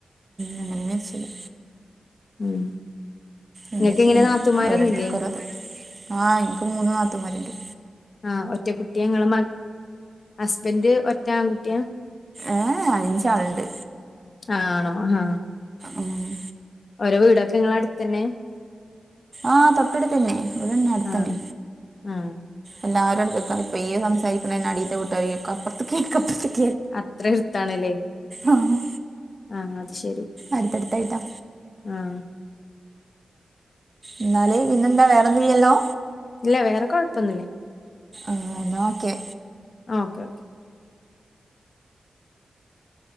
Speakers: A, on the right; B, on the left.
A: നമ്മന്ന ശരി
B: ഉം
A: എന്താ
B: നിങ്ങൾക്ക്
A: ചെയ്യാ
B: എങ്ങനെ നാത്തൂമാരൊന്നും
A: ഓരോതർക്
B: ഇല്ലേ?
A: ഓരോത് ആ എനിക്ക് മൂന്നു നത്തൂന്മാരുണ്ട്
B: ആഹ് ഒറ്റ കുട്ടിയങ്ങളമ ഹസ്ബൻഡ് ഒറ്റ ആൺകുട്ടിയ
A: ഏഹ് അഞ്ചാള്ണ്ട്
B: ആണോ ആഹ്
A: ഉം
B: ഓരോ വീടൊക്കെ ങ്ങളടുത്തന്നെ
A: ആഹ് തൊട്ടടുത്തന്നെ ഇവിടന്നെ അടുത്തന്നെ
B: ആഹ് ആഹ്
A: എല്ലാരും എടുക്കത്ത ഇപ്പൊ ഈ സംസാരികണന്നെ അടീത്ത വിട്ടര് കേക്വ അപ്പർത് കേക് <unintelligible>
B: അത്ര എര്ത്താണല്ലേ
A: ആഹ്
B: ആഹ് അത് ശരി
A: അടുത്തടുത്തായിട്ടാ
B: അഹ്
A: എന്നാല് പിന്നെന്താ വേറോന്നുല്ലല്ലോ
B: ഇല്ല വേറെ കൊഴ്പ്പൊന്നുല്ലേ
A: ആഹ് ന്ന ഓക്കെ
B: ആഹ് ഓക്കെ ഓക്കെ